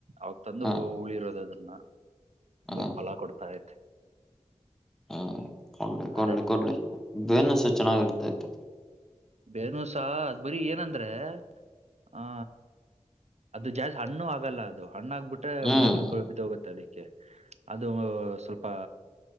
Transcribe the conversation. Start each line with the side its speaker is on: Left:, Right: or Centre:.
Right: ಅವಕ್ ತಂದು
Centre: ಹ್ಮ್
Right: ಹೂಳಿ ಇರೋದು ಅದು ನ
Centre: ಹ್ಮ್
Right: ಇವಾಗ ಫಲ ಕೊಡ್ತಾ ಇದೇ
Centre: ಹ್ಮ್ ಕೊಡ್ಲಿ
Right: ಅದೇ
Centre: ಕೊಡ್ಲಿ ಕೊಡ್ಲಿ ಬೇನ್ಸ ಚೆನ್ನಾಗಿರ್ ತ್ಯು
Right: ಬೇನುಸ ಅದ್ ಬರಿೀ ಏನಂದ್ರೆ ಹ ಅದು ಜಾಸ್ತಿ ಹಣ್ಣು ಆಗಲ್ಲ ಅದು ಹಣ್ಣ ಆಗ್ಬಿಟ್ಟೆ
Centre: ಹ್ಮ್
Right: ಹುಳುಗಳ್ ಬಿದೋಗುತ್ತೆ ಅದ್ಕೆ ಅದು ಸ್ವಲ್ಪ